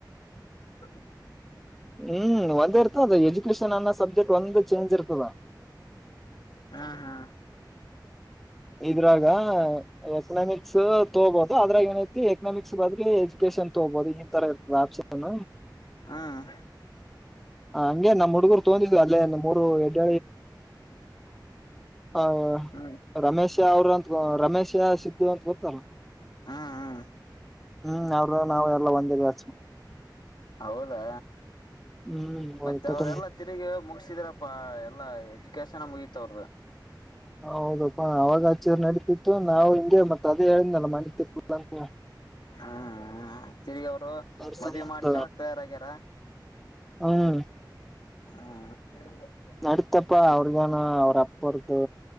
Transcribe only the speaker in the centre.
ಹ್ಮ್ ಒಂದೇ ಇರ್ತದದ ಎಜುಕೇಶನ್ ಅನ್ನ ಸಬ್ಜೆಕ್ಟ್ ಒಂದ ಚೇಂಜ್ ಇರ್ತದ
ಇದ್ರಾಗ ಎಕನಾಮಿಕ್ಸ್ ತಗಬಹದು ಅದ್ರಾಗ ಏನೈತಿ ಎಕನಾಮಿಕ್ಸ್ ಎ ಬದ್ರಲಿ ಎಜುಕೇಶನ್ ತಗಬೋದು ಈ ತರ ಇರ್ತದೆ ಆಪ್ಷನ್
ಹ ಹಂಗೆ ನಮ್ಮ್ ಹುಡುಗರು ತಗೊಂಡಿದ್ವಿ ಅಲ್ಲೇ ಮೂರು ಎಡ್ ಆ
ರಮೇಶ್ ಅವರು ಅಂತ ರಮೇಶ ಸಿದ್ದು ಅಂತ ಗೊತ್ತಲ್ಲ
ಹ್ಮ್ ಅವರು ನಾ ಎಲ್ಲ ಬಂದ ಹ
ಹ್ಮ್
ಕಟ
ಹೌದಪ್ಪ ಅವಾಗ ಚೂರ್ ನಡಿತಿತ್ತು ನಾವು ಹಿಂಗೆ ಮತ್ತ ಅದೇ ಹೇಳಿದ್ನಲ್ಲ ಮನೀದ ತಿಪ್ಲಾ ಅಂತ
ಅದರ್
ಸಂಬಂಧ
ಹ್ಮ್ <inaudible>
ನಡಿತ್ತಪ್ಪಾ ಅವ್ರಗೇನ ಅವ್ರಪ್ಪ ಅಪ್ಪಾರದು